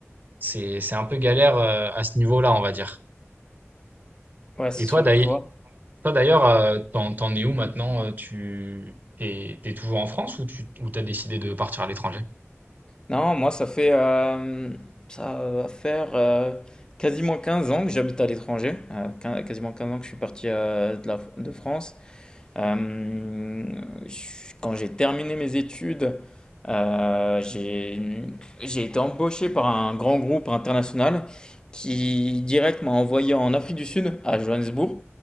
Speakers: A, on the right; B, on the left.
A: c'est, c'est un peu galère euh, à ce niveau-là, on va dire.
B: Ouais, c'est
A: Et toi,
B: sûr,
A: d'ailleurs
B: je vois.
A: toi d'ailleurs, euh, t'en, t'en es où maintenant? euh, Tu t'es, t'es toujours en France ou tu ou t'as décidé de partir à l'étranger?
B: Non, moi, ça fait, euh, ça va faire euh, quasiment 15 ans que j'habite à l'étranger. Euh, quin- quasiment 15 ans que je suis parti euh, de la- de France. Euh, quand j'ai terminé mes études, euh, j'ai j'ai été embauché par un grand groupe international qui direct m'a envoyé en Afrique du Sud, à Johannesburg.